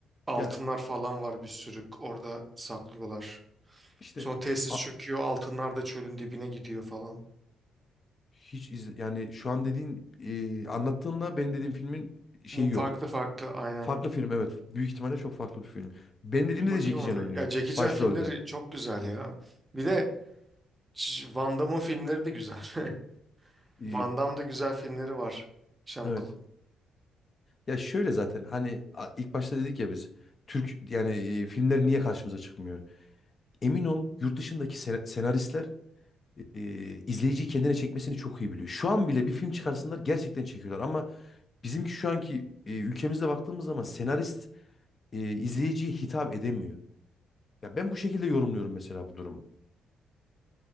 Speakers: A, on the right (about 15°); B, on the left (about 40°).
A: altınlar
B: Ya
A: falan var bir sürü orada saklıyorlar.
B: İşte
A: Sonra tesis
B: a-
A: çöküyor altınlar da çölün dibine gidiyor falan.
B: hiç iz yani şu an dediğin e, anlattığınla benim dediğim filmin şeyi
A: Bu farklı
B: yok.
A: farklı aynen.
B: Farklı film evet. Büyük ihtimalle çok farklı bir film. Benim dediğimde
A: Bir bakayım
B: de Jackie Chan
A: ona.
B: oynuyor
A: Ya Jackie Chan
B: başrolde.
A: filmleri çok güzel ya. Bir de Ç- Van Damme'ın filmleri de güzel. <laughs>
B: E,
A: Van Damme'da güzel filmleri var. Jean
B: evet. Ya şöyle zaten hani a- ilk başta dedik ya biz Türk yani e, filmler niye karşımıza çıkmıyor? Emin ol yurt dışındaki sen- senaristler e, izleyiciyi kendine çekmesini çok iyi biliyor. Şu an bile bir film çıkarsınlar gerçekten çekiyorlar ama bizimki şu anki e, ülkemizde baktığımız zaman senarist e, izleyiciye hitap edemiyor. Ya ben bu şekilde yorumluyorum mesela bu durumu.